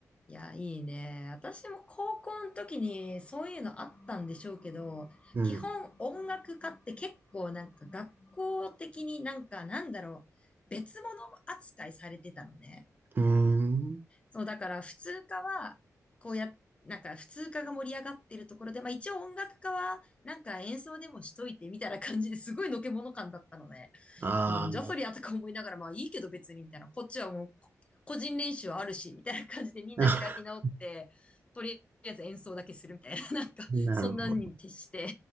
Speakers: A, on the left; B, on the right.
A: いや、いいね。私も高校の時にそういうのあったんでしょうけど、
B: うん。
A: 基本音楽家って結構なんか学校的になんかなんだろう、別物扱いされてたのね。
B: うーん。
A: そう、だから普通科は、こうや、なんか普通科が盛り上がってるところで、まあ一応音楽科は、なんか演奏でもしといてみたいな感じですごいのけもの感だったのね
B: あ
A: なんじゃそりゃとか思いながら、まあいいけど別にみたいな、こっちはもうこ個人練習あるし、みたいな感じでみんな開き直って、
B: あ、<laughs>
A: とりあえず演奏だけするみたいな、<laughs> なんかそんなんに徹して、
B: なるほど。